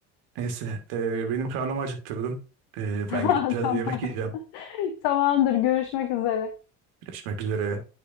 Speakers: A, on the right (about 60°); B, on the left (about 55°).
A: Neyse. ee, benim karnım acıktırdım. Ee,
B: Tamam
A: ben gidip biraz
B: tamam.
A: yemek yiyeceğim.
B: Tamamdır görüşmek üzere.
A: Görüşmek üzere.